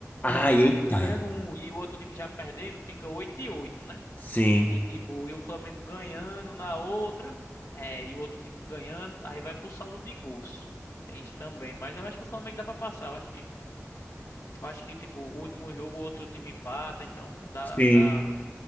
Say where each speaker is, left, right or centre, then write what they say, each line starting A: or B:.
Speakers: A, on the left (about 30°); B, on the left (about 70°).
A: Ai,
B: Então, o Flamengo
A: eita.
B: ganhando um e o outro time já perdendo, fica oito e oito, né?
A: Sim,
B: E tipo, e o Flamengo ganhando na outra, é, e o outro time ganhando, aí vai pro saldo de gols. Tem isso também, mas eu acho que o Flamengo dá pra passar. Eu acho que eu acho que, tipo, o último jogo, outro time empata, então dá,
A: sim.
B: dá,